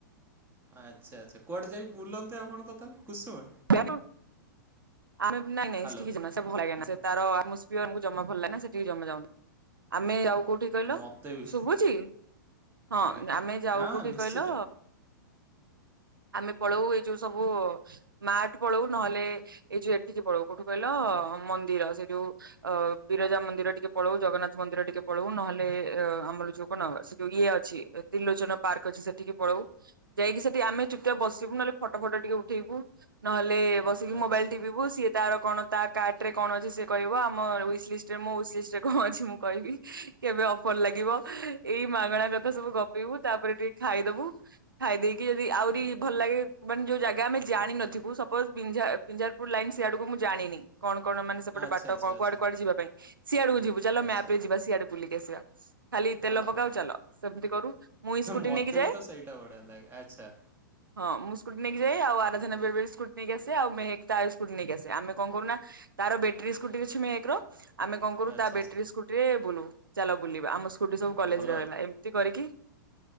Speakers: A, on the right (about 20°); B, on the right (about 85°).
A: ଆଚ୍ଛା ଆଚ୍ଛା, କୁଆଡେ ଯାଇକି ବୁଲନ୍ତି ଆପଣ ପ୍ରଥମେ, କୁସୁଆ?
B: <unintelligible> <unintelligible> ଭଲ
A: ହ୍ୟାଲୋ
B: ଲାଗ ନା
A: ହଁ
B: ସେଠିକି ଜମା ଯାଉନୁ। ଆମେ ଆଉ କୋଉଠି କହିଲ?
A: ମୋତେ ବି
B: ଶୁଭୁଛି ହଁ,
A: ଆଜ୍ଞା
B: ଆମେ ଯାଉ
A: ହଁ
B: କୋଉଠି
A: ନିଶ୍ଚିତ
B: କହିଲ? ଆମେ ପଳଉ ଏଇ ଯୋଉ ସବୁ ମାର୍ଟ ପଳଉ ନହେଲେ ଏଇ ଯୋଉ ଏଠିକି ପଳଉ କୋଉଠୁ କହିଲ ମନ୍ଦିର ସେ ଯୋଉ ଅ ବିରଜା ମନ୍ଦିର ଟିକେ ପଳଉ, ଜଗନ୍ନାଥ ମନ୍ଦିର ଟିକେ ପଳଉ, ନହେଲେ ଅ ଆମର ଯୋଉ କଣ ସେ ଯୋଉ ଇଏ ଅଛି। ତ୍ରିଲୋଚନ ପାର୍କ ଅଛି ସେଠିକି ପଳଉ, ଯାଇକି ସେଠି ଆମେ ଚୁପ ଚାପ୍ ବସିବୁ, ନହେଲେ ଫଟୋ ଫଟ ଟିକେ ଉଠେଇବୁ। ନହେଲେ ବସିକି
A: ଆଚ୍ଛା
B: ମୋବାଇଲ ଟିପ୍ - ବୁ, ସିଏ ତାର କଣ ତା କାର୍ଟ ରେ କଣ ଅଛି? ସିଏ କହିବ ଆମ ହୁଇଚ ଲିଷ୍ଟରେ ହୁଇଚ୍ ଲିଷ୍ଟରେ କଣ ଅଛି? ମୁଁ କହିବି କେବେ ଅଫର୍ ଲାଗିବ? ଏଇ ମାଗଣା କଥା ସବୁ ଗପିବୁ ତାପରେ ଟିକେ ଖାଇଦବୁ। ଖାଇ ଦେଇକି ଯଦି ଆହୁରି ଭଲ ଲାଗେ ମାନେ ଯୋଉ ଜାଗା ଆମେ ଜାଣିିନଥିବୁ, ସପୋଜ ବିଂଝା ବିଁଝାରପୁର ଲାଇନ ସେଇଆଡକୁ ମୁଁ ଜାଣିନି। କଣ କଣ ମାନେ
A: ଆଚ୍ଛା
B: ସେପଟେ, ବାଟ,
A: ଆଚ୍ଛା ଆଚ୍ଛା
B: କୁଆଡେ କୁଆଡେ ଯିବା ପାଇଁ, ସିଆଡକୁ ଯିବୁ। ଚାଲ
A: ଆଚ୍ଛା
B: ମ୍ୟାପ ରେ ଯିବା ସିଆଡକୁ ବୁଲିକ ଆସିବା। ଖାଲି ତେଲ
A: ଓହୋ
B: ପକାଅ ଚାଲ, ସେମିତି କରୁ, ମୁଁଇ ସ୍କୁଟି
A: ମୋତେ
B: ନେଇକି ଯାଏ।
A: ବି ତ ସେଇଟା ବଢ଼ିଆ ଲାଗେ ଆଚ୍ଛା
B: ହଁ, ମୁଁ ସ୍କୁଟି ନେଇି ଯାଏ। ଆଉ ଆରାଧନା ବେଳେ- ସ୍କୁଟି ନେଇକି ଆସେ ଆଉେ ତାର ସ୍କୁଟି ନେଇକି ଆସେ। ଆମେ କଣ କରୁନା? ତାର ବ୍ୟାଟେରୀ ସ୍କୁଟିର ଅଛି ମେହେକ ର। ଆମେ କଣ କରୁ
A: ଆଚ୍ଛା
B: ତା ବ୍ୟାଟରୀ
A: ଆଚ୍ଛା
B: ସ୍କୁଟିରେ ବୁଲୁ ଚାଲା ବୁଲିବା। ଆମ ସ୍କୁଟି ସବୁ
A: ଆଉ
B: କଲେଜରେ
A: ଭଲ
B: ରହିଲା।
A: ଅଛି।
B: କରିକି